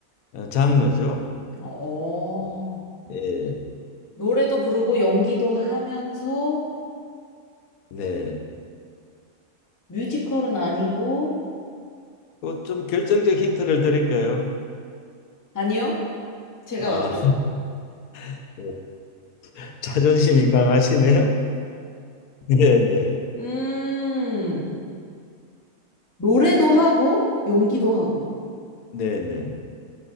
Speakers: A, on the left (about 80°); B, on the left (about 15°).
A: 어, 장르죠.
B: 어, 어.
A: 예,
B: 노래도 부르고 연기도 하면서
A: 네.
B: 뮤지컬은 아니고,
A: 뭐좀 결정적 힌트를 드릴까요?
B: 아니요? 제가
A: 아,
B: 맞춰보겠습니다.
A: <laughs> 자존심이 강하시네요. 네네.
B: 음, 노래도 하고, 연기도 하고.
A: 네네.